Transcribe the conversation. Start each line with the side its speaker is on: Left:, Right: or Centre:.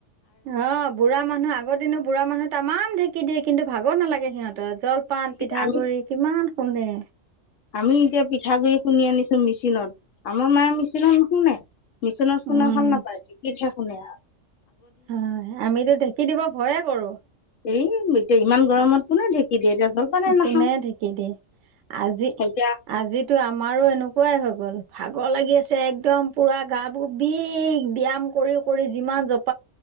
Right: অ বুঢ়া মানুহ আগৰ দিনো বুঢ়া মানুহ তাম। ঢেকি দিয় কিন্তু ভাগ নালাগে। সিহঁতৰ জলপান পিঠাগুৰি
Left: আমি
Right: কিমান খুন্দে।
Left: আমি এতিয়া পিঠাগ গুড়ি খুন্দি আনিছো মেচিনত আমাৰ মায়ে মেচিনত নশুনে। নিছুনা শুনা
Right: উম
Left: ভাল নাপাই ধেকিতিহে। শুনে।
Right: হয় আমিতো ঢেঁকী দিব ভয়ে কৰো।
Left: এই এতিয়া ইমান গৰমত। কোনেঢেঁক দিয়ে। জলপানেই নাখাওঁ
Right: কোনে ঢিকি দিয়ে আজি
Left: এতিয়া
Right: আজিতো আমাৰো এনেকা। খোৱাই হৈ গ'ল ভাগৰ লাগি আছে একদম পুৰা গাবোৰ বিষ ব্যায়াম কৰি কৰি যিমান জপ।